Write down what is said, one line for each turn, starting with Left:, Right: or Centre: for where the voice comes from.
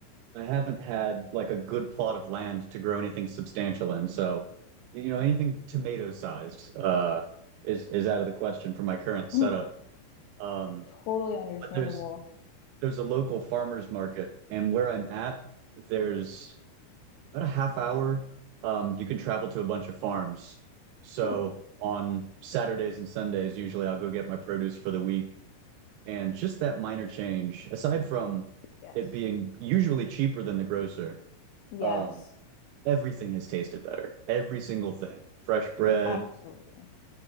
Right: I haven't had like a good plot of land to grow anything substantial in, so you know, anything tomato sized uh is is out of the question for my current setup.
Left: Hmm.
Right: Um,
Left: Totally understandable.
Right: but there's there's a local farmers market, and where I'm at, there's about a half hour. Um, you can travel to a bunch of farms. So
Left: Mhm.
Right: on Saturdays and Sundays, usually I'll go get my produce for the week. And just that minor change, aside from
Left: Yes.
Right: it being usually cheaper than the grocer,
Left: Yes,
Right: um, everything has tasted better. Every single thing. Fresh bread,
Left: absolutely.